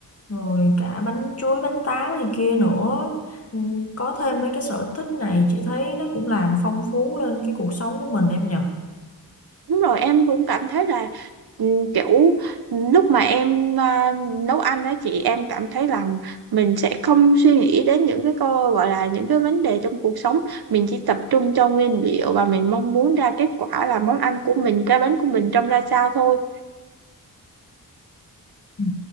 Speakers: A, on the left; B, on the right.
A: rồi cả bánh chuối bánh táo này kia nữa Ừ, có thêm mấy cái sở thích này chị thấy nó cũng làm phong phú lên cái cuộc sống của mình em nhờ
B: Đúng rồi, em cũng cảm thấy là ừ, kiểu lúc mà em à, nấu ăn á chị em cảm thấy là mình sẽ không suy nghĩ đến những cái cô gọi là những cái vấn đề trong cuộc sống mình chỉ tập trung cho nguyên liệu và mình mong muốn ra kết quả là món ăn của mình cái bánh của mình trông ra sao thôi.
A: Ừ.